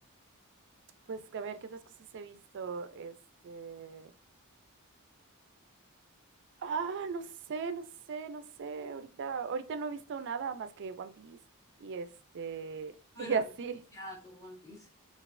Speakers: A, on the right; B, on the left.
A: pues a ver, ¿qué otras cosas he visto? Este... Ah, no sé, no sé, no sé. Ahorita, ahorita no he visto nada más que One Piece. Y este... <laughs>
B: Bueno,
A: Y así.
B: viciada con One Piece.